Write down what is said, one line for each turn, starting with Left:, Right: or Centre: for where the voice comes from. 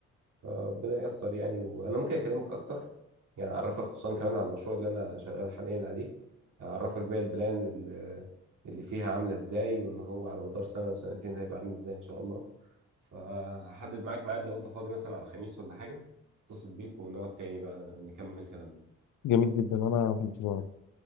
Right: فربنا ييسر يعني وانا ممكن اكلمك اكتر يعني اعرفك خصوصا كمان على المشروع اللي انا شغال حاليا عليه اعرفك بقى البلان اللي اللي فيها عامله ازاي وان هو على مدار سنه وسنتين هيبقى عامل ازاي ان شاء الله فهحدد معاك ميعاد لو انت فاضي مثلا على الخميس ولا حاجه اتصل بيك ونقعد تاني بقى نكمل كلامنا
Left: جميل جدا انا في انتظارك